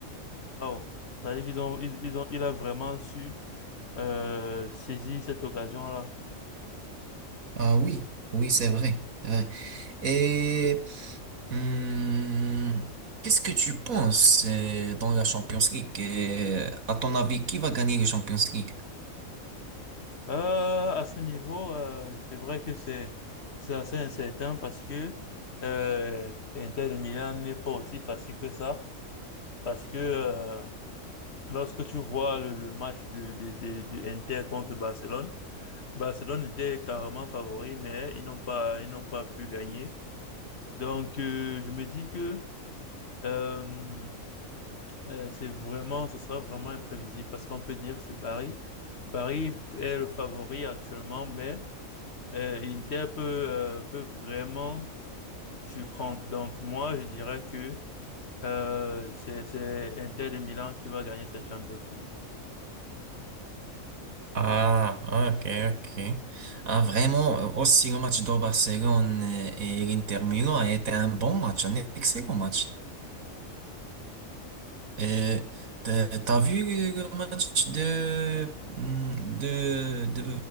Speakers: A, on the left (about 50°); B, on the right (about 80°).
A: Waouh! C'est-à-dire qu'ils ont, ils, ils ont, il a vraiment su euh, saisir cette occasion-là.
B: Ah oui, oui, c'est vrai, c'est vrai. Et hum, qu'est-ce que tu penses euh, dans la Champions League? Euh, à ton avis, qui va gagner la Champions League?
A: Euh, à ce niveau, euh, c'est vrai que c'est c'est assez incertain parce que euh, Inter de Milan n'est pas aussi facile que ça. Parce que euh, lorsque tu vois le, le match de, de, de- de Inter contre Barcelone, Barcelone était carrément favori, mais ils n'ont pas, ils n'ont pas pu gagner. Donc, euh, je me dis que euh, Euh, c'est vraiment, ce sera vraiment imprévisible parce qu'on peut dire c'est Paris. Paris est le favori actuellement, mais euh, Inter peut, euh, peut vraiment surprendre. Donc moi, je dirais que euh, c'est, c'est Inter de Milan qui va gagner cette Champions League.
B: Ah, ok, ok. Ah, vraiment, aussi le match de Barcelone et l'Inter Milan a été un bon match, un excellent match. Euh, t'as, t'as vu le le match de, hmm, de, de